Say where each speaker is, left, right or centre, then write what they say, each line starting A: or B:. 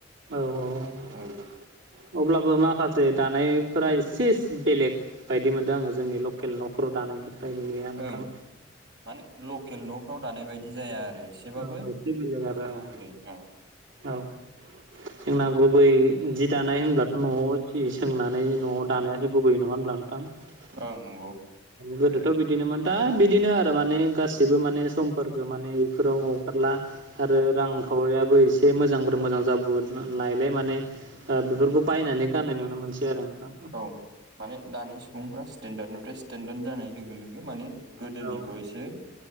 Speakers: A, on the right; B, on the right.
A: औ औ
B: ओं
A: अब्लाबो माखासे दानायफोरा एसे बेलेग बायदि मोनदों आङो जोंनि लकेल न'खराव दानायनिफ्रायया नोंथां
B: ओं माने लकेल न'फ्राव दानाय बायदि जाया आरो एसेबाबो
A: औ एसे बेलेग आरो
B: गुबुनै
A: औ
B: उम
A: औ जोंना गुबै जि दानाय होनब्लाथ' न'आव जि सोंनानै न'आव दानायासो गुबै नङा होनब्ला। <unintelligible>
B: ओं नंगौ।
A: गोदोथ' बिदिनोमोन दा बिदिनो आरो माने गाससिबो माने समफोरखौ माने फोराव हगारला। आरो रांखावरियाबो एसे मोजांफोर मोजां जाबो लायलाय माने। बेफोरखौ बायनानै गाननाय नुनो मोनसै आरो नोंथां।
B: औ माने दानि सुबुंफ्रा स्टेेनडार्डनिफ्राय स्टेेनडार्ड जानाय लोगो लोगो माने गोदोनिखौ
A: औ
B: एसे